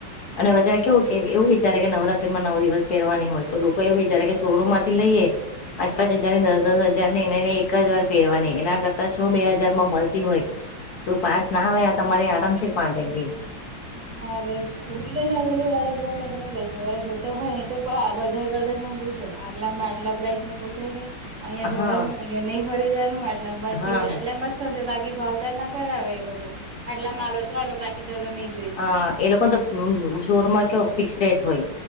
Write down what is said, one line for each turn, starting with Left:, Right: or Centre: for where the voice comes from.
Left: અને બજારે કેવું કે એવું વિચારે કે નવરાત્રી માં નવો દિવસ પહેરવાની હોય તો લોકો એવું વિચારે કે શોરૂમ માંથી લઈએ પાં પાંચ હજાર ની દસ દસ હજાર ની એને એક જ વાર પહેરવાની એના કરતા છ બે હાજાર માં મળતી હોય. તો પાંચ ના આવે આ તમારે આરામ છે પાંચ આ આવી ગઈ
Right: આવે ઉ બી ફેમિલી વારાબર ને તમે પૈસા વાળા જોતા હોય તો બધા કરતા શોકુ હોય. અટલા મેડલા પ્રાઈઝ નને પોસે ર અહિયાં જવાનું
Left: હા
Right: અહિયાયા નહી ખરીદવાનું આટલામાં
Left: હા
Right: જ એટલામાં જ થશે બાકી ભાવ ચાલ ના કરાવે એ લોકો આટલા માલો તો ચાલો બાકી ચાલ નહી જોઈ.
Left: હ એ લોકો તો શોરમાં કે ફિક્સ રેટ હોય.